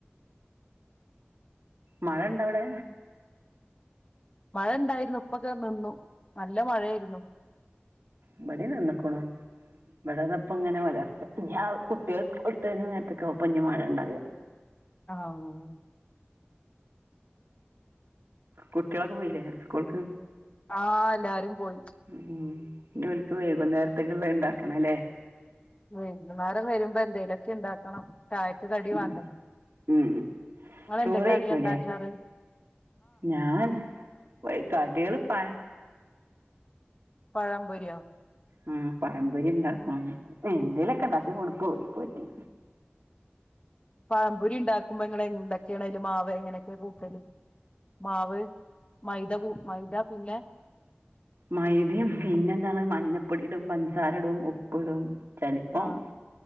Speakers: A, on the right; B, on the left.
A: മഴ ഇണ്ട അവിടെ
B: മഴ ഉണ്ടായിരുന്നു ഇപ്പൊ ദെ നിന്നു നല്ല മഴയായിരുന്നു
A: ഇവിടെ നിന്നകാണു വടതപ്പ ഇങ്ങനെ വ കുട്ടികെ സ്ട്ടഴിഞ്ഞ നേരത്തക്ക മഴ ഉണ്ടാകാ
B: ആഹ
A: കുട്ടികളൊക്കെ പോയില്ലേ സ്കൂൾക്ക്
B: ആഹ എല്ലാരും പോയി
A: ഉം ഇനി വിലക്ക് വൈകുന്നേരത്തക്കള്ള ഉണ്ടാക്കണ അല്ലേ
B: വെയ്ക്കുനേരം വരുമ്പോ എന്തേലൊക്കെ ഉണ്ടാക്കണം ചായക് കടി
A: ഉം
B: വേണ്ട
A: ഉം
B: നിങ്ങൾ
A: ചോറ്
B: എന്തക്കെ
A: കഴിക്കൂലേ
B: കടിയ ഉണ്ടാക്കാറ്
A: ഞാൻ കടികള് പ
B: പഴംപൊരിയാ
A: ഉം പഴംപൊരി ഉണ്ടാക്കും എന്തേലൊക്കെ ഇണ്ടാക്കി കൊടുക്കും
B: പഴംപൊരി ഉണ്ടാക്കുമ്പോ ഇങ്ങൾ എന്തൊക്കെയാണ് അയിൽ മാവ് എങ്ങനെക്കെ കൂട്ടല് മാവ് മൈദ കുട്ടു മൈദ പിന്നെ
A: മൈദ്യം പിന്നെ എന്താണ് മഞ്ഞപ്പൊടിടും പഞ്ചസാര ഉപ്പിടും ചിലപ്പം
B: ആഹ്